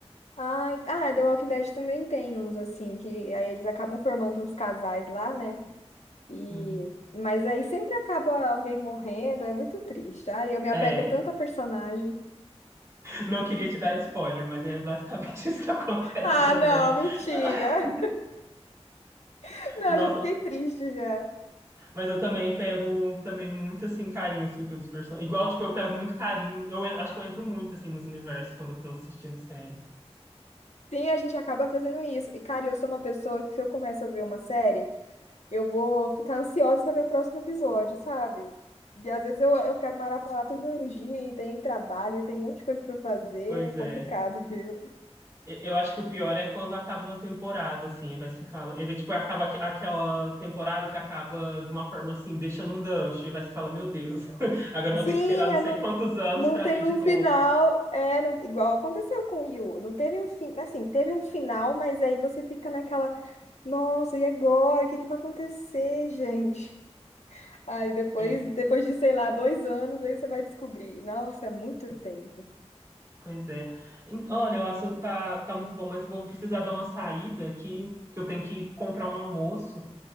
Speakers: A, on the left; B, on the right.
A: Ai, ah, The Walking Dead também tem uns assim, que aí eles acabam formando uns casais lá, né? E,
B: Sim.
A: mas aí sempre acaba alguém morrendo, é muito triste. Ai, eu me apego
B: É,
A: tanto a personagem.
B: não queria te dar spoiler, mas é basicamente <laughs> isso que acontece
A: Ah,
B: também.
A: não, mentira.
B: <laughs>
A: <laughs> Não,
B: Nossa,
A: já fiquei triste já.
B: Mas eu também pego também muito assim carinho assim pelos personagens. Igual, tipo, eu pego muito carinho. Eu en- acho que eu entro muito assim nos universos quando eu tô assistindo série.
A: Sim, a gente acaba fazendo isso. E, cara, eu sou uma pessoa que se eu começo a ver uma série, eu vou ficar ansiosa pra ver o próximo episódio, sabe? E às vezes eu, eu quero maratonar tudo no dia e tem trabalho, tem um monte de coisa pra fazer,
B: Pois
A: é complicado,
B: é.
A: <laughs> viu?
B: E- Eu acho que o pior é quando acaba uma temporada assim, aí vai se fala, aí vai, tipo, acaba aque- aquela temporada que acaba de uma forma assim, deixando um gancho, e vai se fala, meu Deus, <laughs> agora eu vou
A: Sim,
B: ter que esperar não
A: aí
B: sei
A: não,
B: quantos anos
A: não
B: pra
A: tem
B: ver de
A: um
B: novo.
A: final, é, não- igual aconteceu com o Yu, não teve um fim, assim, teve um final, mas aí você fica naquela, nossa, e agora? O que que vai acontecer, gente? Aí depois,
B: É,
A: depois de, sei lá, dois anos, aí você vai descobrir. Nossa, é muito tempo.
B: pois é. E, Olha, o assunto tá tá muito bom, mas eu vou precisar dar uma saída aqui, que eu tenho que comprar um almoço.